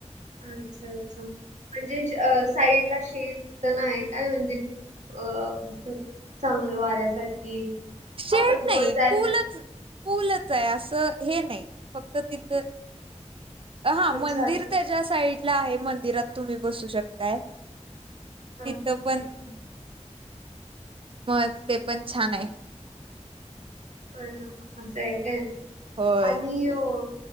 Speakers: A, on the right; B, on the right.
A: अच्छा अच्छा म्हणजे अ साईडला शेत तेण आहे काय म्हणजे? अ अस चांगलं वाऱ्यासाठी
B: शेत
A: आपण रोज
B: नाही
A: जायसाठी
B: पूलच, पूलच आहे असं हे नाही फक्त तिथं हा
A: अच्छा
B: मंदिर
A: अच्छा
B: त्याच्या साईडला आहे, मंदिरात तुम्ही बसू शकताय.
A: हां
B: तिथं
A: हां
B: पण
A: अच्छा
B: हो ते पण छान आहे.
A: अ असं आहे काय
B: होय
A: आणि अं